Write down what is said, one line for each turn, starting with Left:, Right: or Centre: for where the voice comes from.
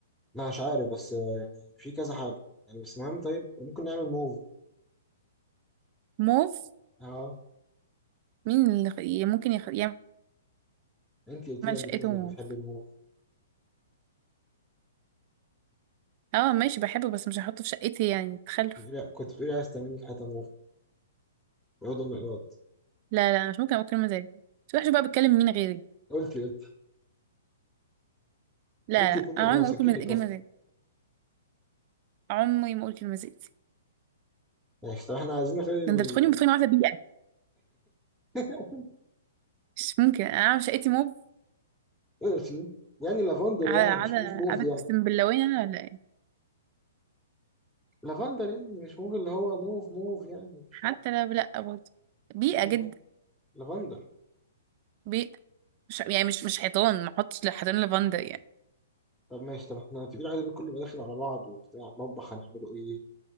Centre: لا مش عارف بس آه، يعني في كذا حاجه يعني بس مهم طيب ممكن نعمل موف
Right: موف
Centre: اه
Right: مين اللي خ- ي- ممكن يخ- يعمل
Centre: انت قلت لي قبل
Right: شقته
Centre: كده انك
Right: موف
Centre: بتحبي الموف
Right: اه ماشي بحبه بس مش هحطه في شقتي يعني تخلف
Centre: كنت بتقولي كنت بتقولي عايز تعملي الحيطه موف ويضم من الارض
Right: لا لا أنا مش ممكن اقول كلمه زي دي مش وحشه بقى بتكلم مين غيري
Centre: قلتي قلتي
Right: لا
Centre: قلتي
Right: لا
Centre: كله
Right: انا
Centre: انا
Right: عمري
Centre: مسجل
Right: ما اقول كلمه
Centre: لك
Right: كلمه
Centre: اصلا
Right: زي دي عمري ما اقول كلمه زي دي
Centre: يعني طب احنا عايزين نخلي
Right: ده
Centre: ال-
Right: انت بتخوني بتخوني واحده بيئه
Centre: <laughs>
Right: مش ممكن انا عامل شقتي موف
Centre: ماشي يعني لافندر
Right: على
Centre: يعني
Right: على
Centre: مش موف موف
Right: على
Centre: يعني
Right: اقسم باللوين انا ولا ايه
Centre: لافندر يعني مش موف اللي هو موف موف يعني مش
Right: حتى
Centre: عارف.
Right: لا لا برضه بيئه
Centre: ايه لافندر
Right: جدا
Centre: لافندر
Right: بيئه مش يعني مش مش حيطان ما احطش حيطان لافندر يعني
Centre: طب ماشي طب احنا تقيل عايز كله يبقى داخل على بعض وبتاع المطبخ هنعمله ايه